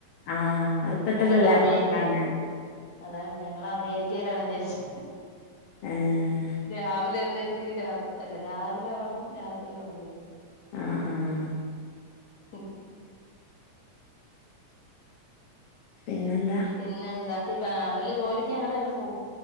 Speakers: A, on the left; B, on the left.
A: ആഹ് അത് ഇപ്പത്തെ
B: ഞങ്ങക്ക്
A: പിള്ളേർക്കൊക്കെ
B: അമേരിക്കയാണ്
A: അങ്ങനെ
B: അതാണ് ഞങ്ങള് അമേരിക്കേലാണ് വിചാരിച്ച്
A: ഏഹ്
B: രാവിലെ എഴുന്നേറ്റ് രിക്കും രാ അല്ലാ രാവിലെ ഒറങ്ങും രാത്രി ഒണന്നിരിക്കും
A: ആഹ് ആഹ്
B: ഓഹ് <inaudible>
A: പിന്നെന്താ
B: പിന്നെന്താ ഇപ്പ അവരെല്ലാം ജോലിക്ക് അങ്ങനെല്ലം പോകും